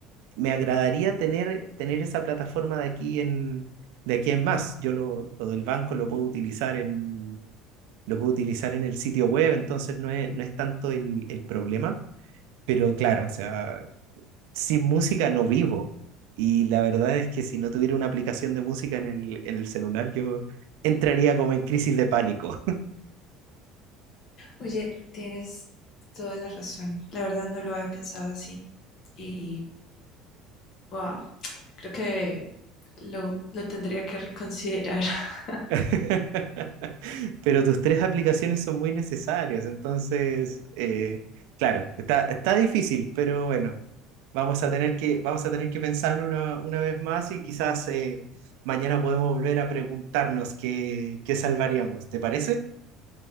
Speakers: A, on the right; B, on the left.
A: me agradaría tener, tener esa plataforma de aquí en, de aquí en más. Yo lo, lo del banco lo puedo utilizar en lo puedo utilizar en el sitio web, entonces no es, no es tanto el, el problema. Pero claro, o sea, sin música no vivo. Y la verdad es que si no tuviera una aplicación de música en el, en el celular, yo entraría como en crisis de pánico.
B: Oye, tienes toda la razón. La verdad no lo había pensado así. Y wow, creo que lo, lo tendría que reconsiderar. <laughs>
A: <laughs> Pero tus tres aplicaciones son muy necesarias, entonces, eh, claro, está, está difícil, pero bueno. Vamos a tener que, vamos a tener que pensarlo una, una vez más y quizás eh, mañana podemos volver a preguntarnos qué, qué salvaríamos. ¿Te parece?